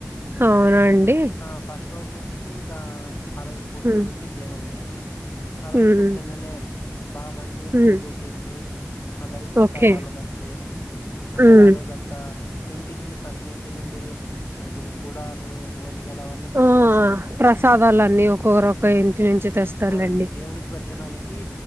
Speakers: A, on the right; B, on the left.
A: అవునా అండి
B: ఆ ఫస్ట్ రోజు వచ్చేసి ఇంకా ఆ రోజు కూర్చోబెట్టి
A: ఉమ్
B: దేవుణ్ణి ఆ రోజు
A: ఉమ్
B: పొద్దున్ననే బాగా మంచిగా
A: ఉమ్
B: పూజ చేసి అందరికి ప్రసాదాలు
A: ఓకే
B: పంచి అందరు
A: ఉమ్
B: ఆ రోజంతా ఇంటి నుండి ప్రతి ఇంటి నుండి ఇప్పుడు కుడాలు ఓలి ల అవన్నీ తీసుకొస్తారండి
A: ఆ ప్రసాదాలన్నీ ఒక్కొక్కరు ఒక్క ఇంటి నుంచి తెస్తారులేండి
B: అవునండి దేవునికి పెట్టడా నికి